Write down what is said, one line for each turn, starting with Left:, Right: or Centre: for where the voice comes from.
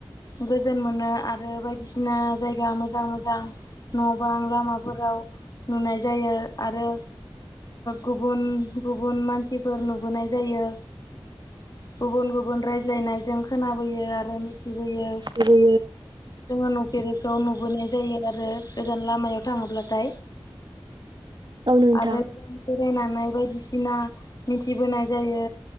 Left: गोजोन मोनो आरो बायदिसिना बायदिसिना जायगा मोजां मोजां न' बां लामाफोराव नुनाय जायो आरो गुबुन गुबुन मानसिफोर नुबोनाय जायो। गुबुन गुबुन रायज्लायनायजों खोनाबोयो आरो मिथिबोयो
Right: बियो
Left: जोङो नुफेरिखौ नुबोनाय जायो आरो गोजान लामायाव थाङोब्लाथाय
Right: औ नोंथां
Left: आरो बेरायनानै बायदिसिना मिथिबोनाय जायो